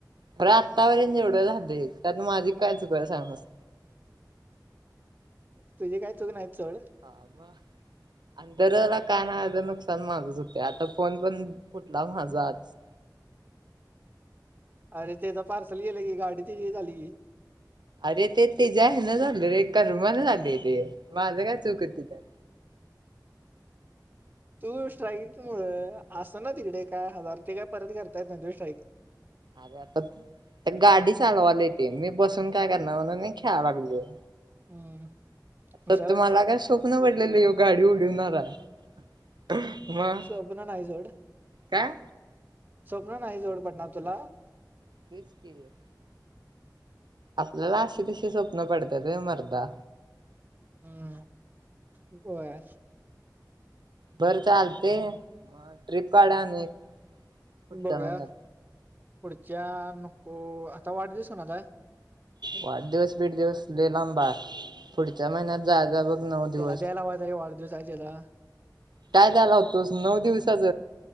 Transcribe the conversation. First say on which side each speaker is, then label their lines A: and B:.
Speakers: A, on the right; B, on the right.
A: बरं आत्तापर्यंत जेवढं झालं त्यात माझी काय चुक बरं सांग अस
B: तुझे काय चुक नाही. चढ
A: हा म अंतर रा काय नुकसान माझच होत आता फोन पण फुटला माझा आज
B: अरे तेचा पार्सल गेल की गाडी त्याची हे झाली
A: अरे ते ते जे आहे ना झालेलय कर्माने झालंलय ते माझं काय चुक तिथं.
B: तू स्ट्राईक मूळ अस ना तिकडे काय हजार ते काय परत करता येत ना तू स्ट्राईक
A: अरे आता गाडी चालवाला येते मी बसून काय करणार म्हणून मी खेळा लागलोय.
B: हम्म हुशार
A: तर तुम्हाला
B: आहेस
A: काय स्वप्न पडलेलं योग गाडी ऊल टणार आहे मग
B: स्वप्न नाही जोड
A: काय.
B: स्वप्न नाही जोड पडणार तुला
A: तेच केलं. आपल्याला अस तशी स्वप्न पडतात होय मर्दा
B: हम्म होय.
A: बरं चालते ट्रीप काढा आणि पुढच्या
B: बघूया
A: महिन्यात.
B: पुढच्या नको आता वाढ दिवस कोणाचा आहे.
A: वाढ दिवस बीड दिवस लई लांब आहे पुढच्या महिन्यात जाय जा बघ
B: <unintelligible>
A: नऊ दिवस काय द्यायला होतोस नऊ दिवसाच